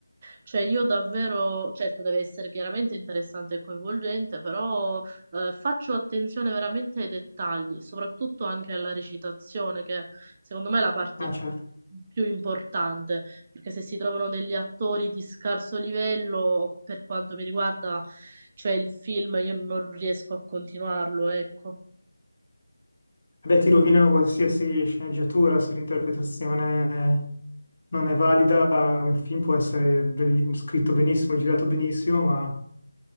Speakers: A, on the right (about 25°); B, on the left (about 45°).
A: Cioè io davvero, certo deve essere chiaramente interessante e coinvolgente, però eh, faccio attenzione veramente ai dettagli, soprattutto anche alla recitazione, che secondo me è la parte
B: Ah, certo.
A: più importante perché se si trovano degli attori di scarso livello, per quanto mi riguarda, cioè il film, io non riesco a continuarlo, ecco.
B: Vabbè, ti rovinano qualsiasi sceneggiatura se l'interpretazione non è valida. Un film può essere bell- scritto benissimo, girato benissimo, ma,